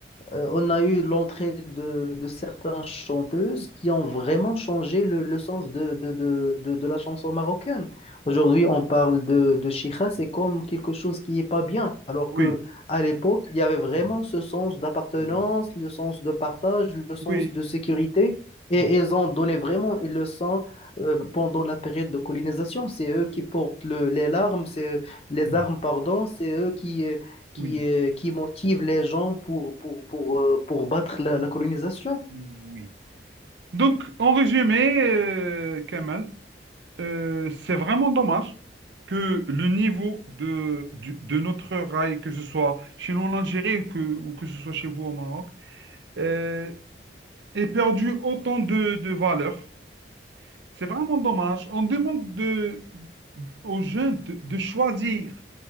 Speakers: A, on the left; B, on the right.
A: euh, on a eu l'entrée de, de certaines chanteuses qui ont vraiment changé le, le sens de, de, de, de, de la chanson marocaine. Aujourd'hui, on parle de, de chicha, c'est comme quelque chose qui n'est pas bien, alors
B: oui,
A: que à l'époque, il y avait vraiment
B: non,
A: ce sens d'appartenance,
B: mm,
A: le sens de partage, le sens
B: oui,
A: de sécurité, et
B: mm,
A: ils ont donné vraiment une leçon euh, pendant la période de colonisation. C'est eux qui portent le- les larmes, c'est les
B: oui,
A: armes, pardon, c'est eux qui euh, qui,
B: oui,
A: euh, qui motive les gens pour, pour, pour, euh, pour battre la, la colonisation.
B: oui. Donc, en résumé, euh, Kamal, euh, c'est vraiment dommage que le niveau de, du- de notre rail, que ce soit chez nous en Algérie ou que, ou que ce soit chez vous au Maroc, euh, ait perdu autant de, de valeur C'est vraiment dommage. On demande de, aux jeunes de, de choisir